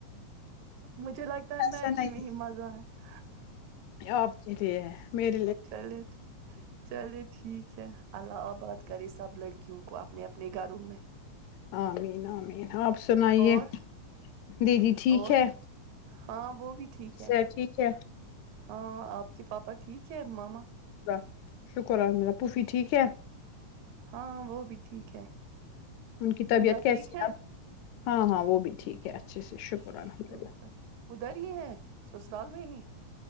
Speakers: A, on the right; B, on the left.
A: مجھے لگتا ہے
B: ایسا
A: میکی
B: نہیں
A: میں ہی مزہ ہے
B: آپ ہے میرری
A: چلیے چلیے ٹھیک اچھ اللہ آباد کرے سب لڑکیوں کو اپنے اپنے گھروں میں
B: ہاں نام آپ سنائیے
A: اور
B: دی جی ٹھیک
A: اور
B: ہے
A: ہاں وہ بھی ٹھیک ہے
B: صحت ٹھیک ہے
A: ہاں آپ کہ پاپا ٹھیک ہے ماما
B: شہ شکر الحمد اللہ پوفی ٹھیک ہے
A: ہاں وہ بھی ٹھیک ہے
B: ان کی طبیعت
A: ندا
B: کیسی
A: ٹھیک
B: ہے اب ہاں ہاں وہ بھی ٹھیک ہے اچھے سے
A: شکر
B: الحمد للہ
A: ادھر ہی ہیں سسرال میں ہی